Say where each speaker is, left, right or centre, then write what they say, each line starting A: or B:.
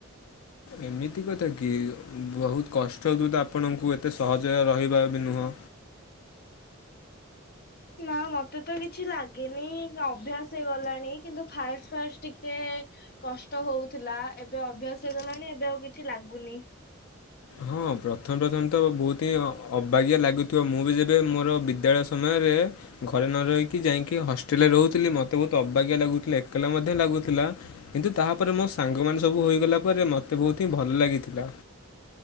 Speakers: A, on the left; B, on the left.
A: ଏମିତି କଥା କି ବହୁତ କଷ୍ଟ ଦ ତ ଆପଣଙ୍କୁ ଏତେ ସହଜ ରହିବା ବି ନୁହେଁ
B: ନା ମତେ ତ କିଛି ଲାଗେନି ଅଭ୍ୟାସ ହେଇଗଲାଣି କିନ୍ତୁ ଫାଷ୍ଟ ଫାଷ୍ଟ ଟିକେ। କଷ୍ଟ ହଉଥିଲା ଏବେ ଅଭ୍ୟାସ ହେଇଗଲାଣି ଏବେ ଆଉ କିଛି ଲାଗୁନି। <inaudible>
A: ହଁ ପ୍ରଥମ ପ୍ରଥମେ ତ ବହୁତ ହିଁ ଅବାଗିଆ ଲାଗୁଥିବ ମୁଁ ଯେବେ ମୋର ବିଦ୍ୟାଳୟ ସମୟରେ ଘରେ ନ ରହିକି ଯାଇକି ହଷ୍ଟେଲ ରେ ରହୁଥିଲି ମତେ ବହୁତ ଅବା ଆ ଲାଗୁଥିଲା ଏକଲା ମଧ୍ୟ ଲାଗୁଥିଲା। କିନ୍ତୁ ତାପରେ ମୋ ସାଙ୍ଗମାନେ ସବୁ ହୋଇଗଲା ପରେ ମୋତେ ବହୁତ ହିଁ ଭଲ ଲାଗିଥିଲା।